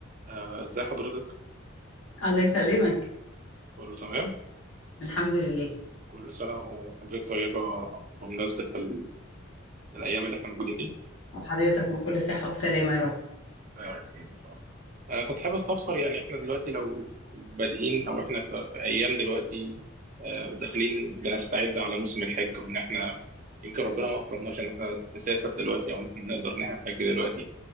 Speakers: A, on the right; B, on the left.
A: آه، ازي حضرتك؟
B: الله يسلمك
A: كله تمام؟
B: الحمد لله
A: كل سنة وحضرتك طيبة بمناسبة ال... الأيام اللي احنا موجودين دي.
B: وحضرتك بكل صحة وسلامة يا رب
A: آه، إن شاء الله. آه، كنت حابب استفسر يعني احنا دلوقتي لو بادئين أو احنا في, في أيام دلوقتي آه، داخلين بنستعد على موسم الحج وإن احنا يمكن ربنا ما أكرمناش إن احنا نسافر دلوقتي أو إن احنا نقدر إن احنا نحج دلوقتي.